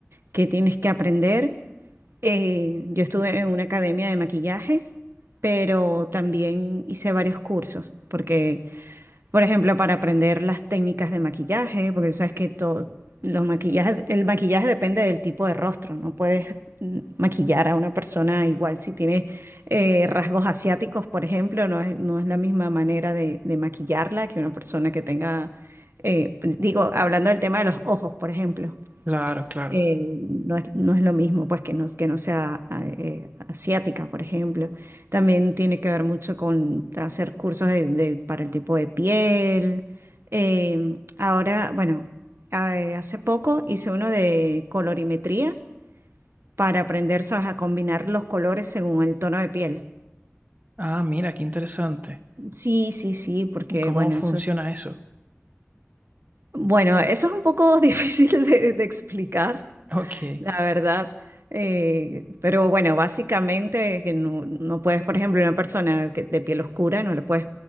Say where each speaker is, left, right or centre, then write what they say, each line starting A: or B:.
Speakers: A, on the right; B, on the right.
A: que tienes que aprender. Eh, yo estuve en una academia de maquillaje, pero también hice varios cursos, porque, por ejemplo, para aprender las técnicas de maquillaje, porque tú sabes que todo, los maquillajes, el maquillaje depende del tipo de rostro, no puedes mm, maquillar a una persona igual si tiene eh, rasgos asiáticos, por ejemplo, no es, no es la misma manera de, de maquillarla que una persona que tenga, eh, digo, hablando del tema de los ojos, por ejemplo
B: Claro, claro.
A: eh, no es, no es lo mismo, pues, que no, que no sea eh, asiática, por ejemplo. También tiene que ver mucho con hacer cursos de- de- para el tipo de piel. Eh, ahora, bueno, eh, hace poco hice uno de colorimetría para aprender, ¿sabes?, a combinar los colores según el tono de piel.
B: Ah, mira, qué interesante.
A: Sí, sí, sí, porque,
B: ¿Y cómo
A: bueno,
B: funciona
A: eso...
B: eso? <laughs>
A: Bueno, eso es un poco <laughs> difícil de, de explicar,
B: Ok.
A: La verdad, eh, pero bueno, básicamente que no, no puedes, por ejemplo, una persona que, de piel oscura, no le puedes